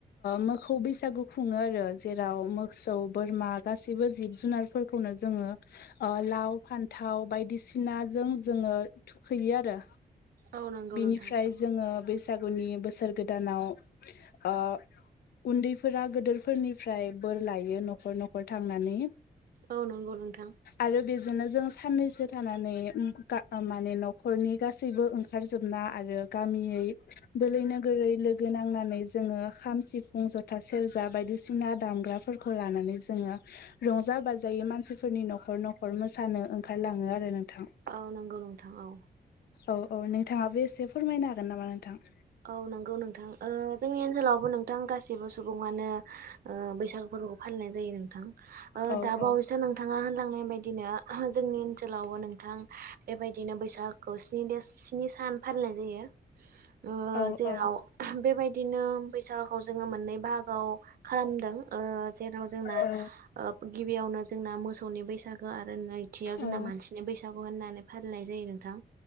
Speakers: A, on the left; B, on the right.
A: मोखौ बैसागु खुङो आरो जेराव मोसौ बोरमा गासिबो जिब-जुनारफोरखौनो जोङो ओ लाव फान्थाव बायदिसिनाजों जोङो थुखैयो आरो
B: औ नंगौ
A: बिनिफ्राय
B: नोंथां
A: जोङो बैसागुनि बोसोर गोदानाव ओ उन्दैफोरा गोदोरफोरनिफ्राय बोर लायो न'खर न'खर थांनानै
B: औ नंगौ नोंथां।
A: आरो बेजोंनो जों साननैसो थानानै उ गा माने न'खरनि गासैबो ओंखारजोबना आरो गामियै बोलै नोगोरै लोगो नांनानै जोङो खाम सिफुं जथा सेर जा बायदिसिना दामग्राफोरखौ लानानै जोङो रंजा बाजायै मानसिफोरनि न'खर न'ख खर मोसानो ओंखारलाङो आरो नोंथां।
B: औ नंगौ नोंथां औ
A: औ औ नोंथाङाबो एसे फोरमायनो हागोन नामा नोंथां?
B: औ नंगौ नोंथां ओ जोंनि ओनसोलावबो नोंथां गासिबो सुबुङानो ओ बैसागु फोर बोखौ फालिनाय जायो नोंथां। ओ
A: औ
B: दा बावैसो
A: औ
B: नोंथाङा होनलांनाय बायदिनो जोंनि ओनसोलावबो नोंथां बेबायदि दिनो बैसागुखौ स्नि देस स्नि सान फालिनाय जायो। ओ
A: औ
B: जेराव
A: औ
B: बेबायदिनो बैसागुखौ जोङो मोननै बाहाग आव खालामदों जेराव जोंना
A: औ
B: ओ गिबियावनो जोंना मोसौनि बैसागो आरो नैथियाव जोंना
A: औ
B: मानसिनि बैसागो होननानै फालिनाय जायो नोंथां।